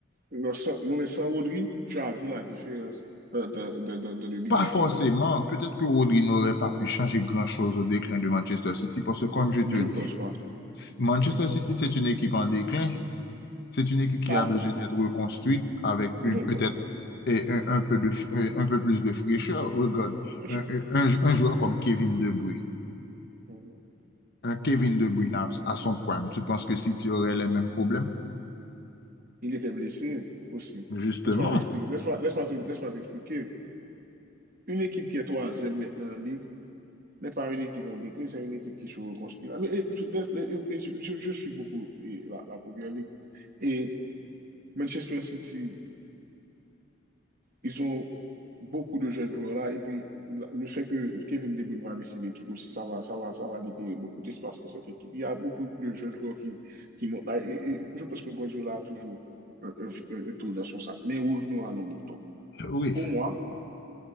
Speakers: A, on the right (about 50°); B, on the left (about 55°).
A: non, sans- non, mais sans Rodri, tu as vu la différence dans, dans- dans- dans- dans le milieu
B: Pas forcément.
A: de terrain.
B: Peut-être que Rodri n'aurait pas pu changer grand-chose au déclin de Manchester City parce que, comme je te
A: Je
B: dis,
A: ne pense pas.
B: Manchester
A: Je ne pense
B: City,
A: pas.
B: c'est une équipe en déclin. C'est une équipe qui
A: Pas-
B: a besoin d'être reconstruite avec une
A: je ne
B: peut-être
A: pense-
B: et un, un peu de, un peu plus de fraîcheur. Regarde,
A: je-
B: un, un- un joueur comme Kevin De Bruyne,
A: Mhm.
B: un Kevin De Bruyne à, à son prime, tu penses que City aurait les mêmes problèmes?
A: Il était blessé aussi.
B: Justement.
A: Laisse-moi t'expliquer. Laisse-moi laisse-moi te- laisse-moi t'expliquer. Une équipe qui est troisième maintenant en Ligue, n'est pas une équipe en déclin, c'est une équipe qui se reconstruit. Ah, mais, et, et, et, je, je, je suis beaucoup et, la, la Première Ligue. Et Manchester City, ils ont beaucoup de jeunes joueurs là. Et puis, la- le fait que Kevin De Bruyne va laisser l'équipe aussi, ça va, ça va, ça va libérer beaucoup d'espace dans cette équipe. Il y a beaucoup de jeunes joueurs qui, qui montent là. Et, et je pense que Guardiola a toujours un, un- un- un tour dans son sac. Mais revenons à nos moutons.
B: Oui,
A: Pour moi,